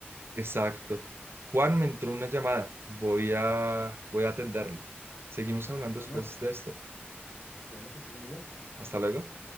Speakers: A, on the right (about 70°); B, on the left (about 75°).
A: exacto. Juan me entró una llamada. Voy a, voy a atenderla. Seguimos hablando
B: Bueno,
A: después de esto.
B: bueno, que estés muy bien.
A: Hasta luego.